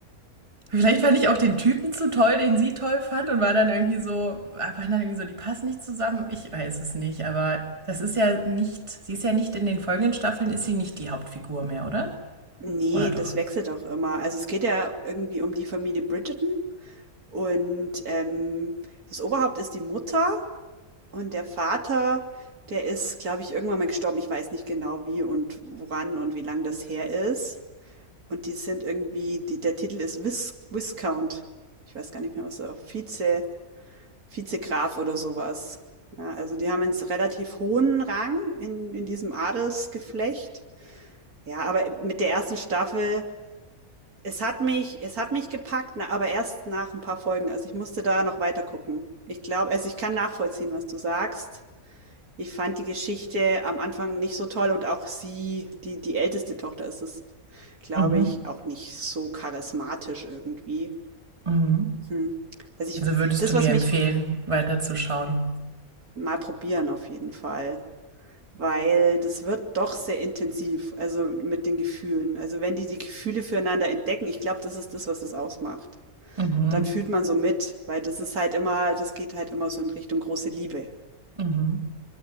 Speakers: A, on the right; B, on the right.
A: Vielleicht fand ich auch den Typen zu toll, den sie toll fand und war dann irgendwie so, waren dann irgendwie so, die passen nicht zusammen. Ich weiß es nicht, aber das ist ja nicht, sie ist ja nicht in den folgenden Staffeln, ist sie nicht die Hauptfigur mehr, oder?
B: Nee,
A: Oder doch?
B: das wechselt auch immer. Also es geht ja irgendwie um die Familie Bridgerton und ähm, das Oberhaupt ist die Mutter und der Vater, der ist, glaube ich, irgendwann mal gestorben. Ich weiß nicht genau wie und woran und wie lang das her ist. Und die sind irgendwie, die, der Titel ist Vis Viscount. Ich weiß gar nicht mehr, was er auch Vize. Vizegraf oder sowas, Ja, also die haben einen relativ hohen Rang in in diesem Adelsgeflecht. Ja, aber mit der ersten Staffel es hat mich es hat mich gepackt, ne, aber erst nach ein paar Folgen. Also, ich musste da noch weiter gucken. Ich glaube also, ich kann nachvollziehen, was du sagst. Ich fand die Geschichte am Anfang nicht so toll und auch sie, die die älteste Tochter ist es, glaube
A: Mhm.
B: ich, auch nicht so charismatisch irgendwie.
A: Mhm.
B: Hm. Also, ich
A: Also würdest
B: das,
A: du mir
B: was
A: empfehlen,
B: mich
A: weiterzuschauen?
B: mal probieren auf jeden Fall. Weil das wird doch sehr intensiv, also mit den Gefühlen. Also wenn die die Gefühle füreinander entdecken, ich glaube, das ist das, was es ausmacht.
A: Mhm.
B: Dann fühlt man so mit, weil das ist halt immer, das geht halt immer so in Richtung große Liebe
A: Mhm.